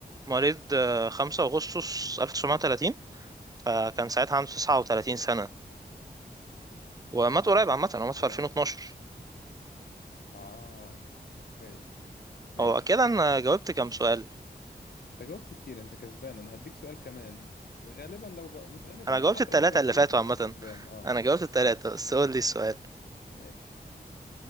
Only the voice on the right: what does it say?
مواليد آه، 5 اغسطس 1930 فكان ساعتها عنده 39 سنة ومات قريب عامة هو مات في
2012
هو كده انا جاوبت كام سؤال
انا
جاوبت
التلاتة
اللي فاتوا
عامة
انا جاوبت التلاتة بس قول لي السؤال